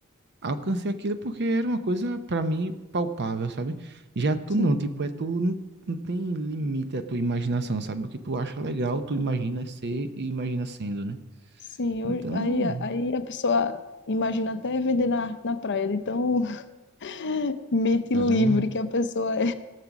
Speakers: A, on the right; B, on the left.
A: alcancei aquilo porque era uma coisa pra mim palpável, sabe? Já tu
B: sim,
A: não, tipo, é tu não, não tem limite à tua imaginação, sabe? O que tu acha legal, tu imagina ser e imagina sendo, né?
B: sim, eu-
A: Então,
B: aí, aí a pessoa imagina até vender na, na praia, de tão <laughs> mente
A: caramba.
B: livre que a pessoa é.